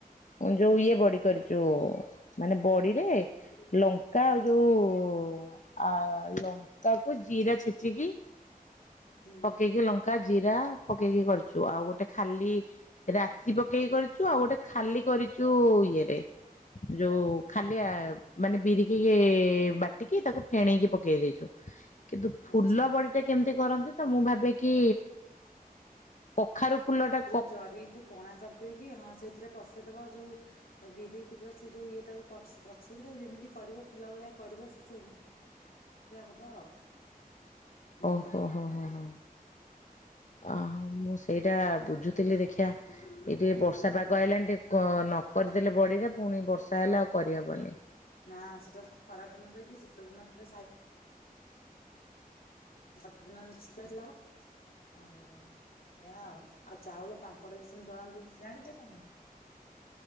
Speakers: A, on the left; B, on the left.
A: ଯୋଉ ଇଏ ବଡି କରିଛୁ ମାନେ ବଡିରେ ଲଙ୍କା ଆଉ ଯୋଉ ଓ ଆ ଲଙ୍କାକୁ ଜିରା ଛେଚିକି
B: ହୁଁ
A: ପକେଇକି ଲଙ୍କା ଜିରା ପକେଇକି କରିଛୁ ଆଉ ଗୋଟେ ଖାଲି ରାଶି ପକେଇକି କରିଛୁ ଆଉ ଗୋଟେ ଖାଲି କରିଛୁ ଇଏ ଟାଏ ଯୋଉ ଖାଲିଆ ମାନେ ବିରିକି ବାଟି ଟିକେ ତାକୁ ଫେଣେଇକି ପକେଇ ଦେଇଛୁ କିନ୍ତୁ ଫୁଲ
B: ଆଚ୍ଛା
A: ବଡି ଟା କେମିତି କରନ୍ତି ତ ମୁଁ ଭାବେ କି କଖାରୁ ଫୁଲ ଟା
B: ଜରିକୁ କଣା କରିଦେଇକି ହଁ ସେଇଥିରେ ପଶେଇଦେବ ଯୋଉଁ ଆଉ ବିରି <inaudible> ସେ ଯୋଉ ଇଏଟାକୁ ପଚ ପଛରିଦେଇବ ଯେମିତି କରିବ ଫୁଲ ଭଳିଆ କରିବ ସେ ସେମ ସେଆ ହବ ଆଉ ହୁଁ
A: ଓହୋ ହୋ ହୋ ହୋ ଆହା ମୁଁ ସେଇଟା ବୁଝୁଥିଲି ଦେଖିିବା ଏଟେ ବର୍ଷ ବର୍ଷା ପାଗ ଅଇଲା ଟିକେ କ ନ କରିଦେଲେ ବଡିଟା ପୁଣି ବର୍ଷା ହେଲେ ଆଉ କରି ହବନି।
B: ନା ସେଟା ଖରା ଦିନରେ କି ଶୀତ ଦିନରେ ଛାତ ରେ ଶୁଖେଇଲେ ହବ ହୋଉ <inaudible> ଏୟା ଆଉ ଆଉ ଚାଉଳ ପାମ୍ପଡ଼ ବି ସେମିତି କରନ୍ତି ଯାଣି <inaudible>